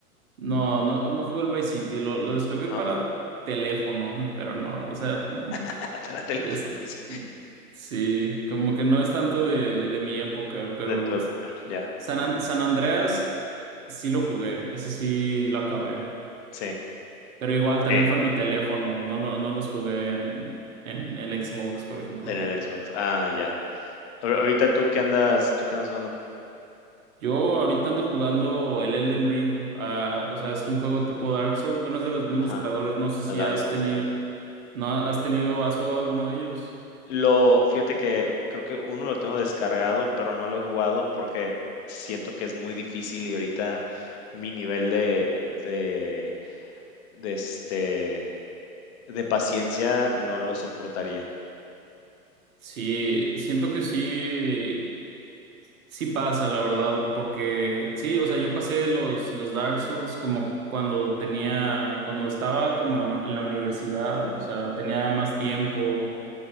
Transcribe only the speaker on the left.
¿No?
<laughs> Para
teléfono,
dice.
De tu época, ya.
Sí,
sí,
en el Xbox. Ah, ya. Ahor ahorita tú qué andas tú qué andas jugando.
Ajá,
a Dark
Souls,
sí.
Lo fíjate que creo que uno lo tengo descargado, pero no lo he jugado porque siento que es muy difícil y ahorita mi nivel de de de, este, de paciencia no lo soportaría.